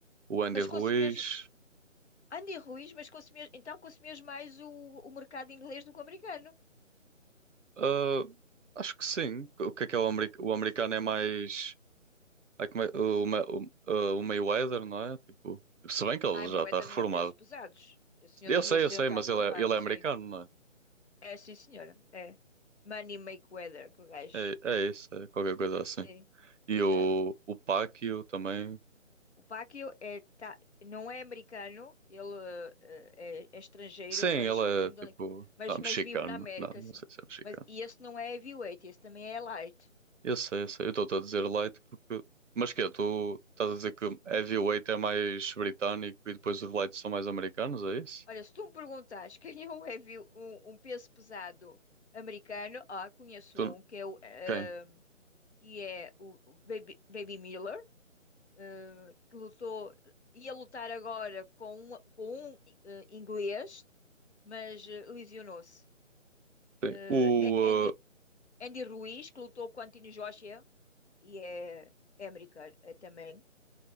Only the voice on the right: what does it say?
o Andy
Ruiz.
Ah, acho que sim. O que é que é o, ameri- o americano é mais, é que me- o, Ma- o, ah, o Mayweather, não é? Tipo, se bem que ele
já está
reformado.
Eu
sei,
eu
sei,
mas
ele é, ele é
americano, não
é? É, é isso, é qualquer coisa assim.
E
o, o Pacquiao também.
Sim,
ele
é
tipo.
Ah, mexicano.
Não, não
sei se é mexicano.
Eu sei, eu sei. Eu estou a dizer light porque. Mas que tu estás a dizer que heavyweight é mais britânico e depois os lights são mais americanos, é isso?
Tu...
Quem?
Sim.
O,
uh,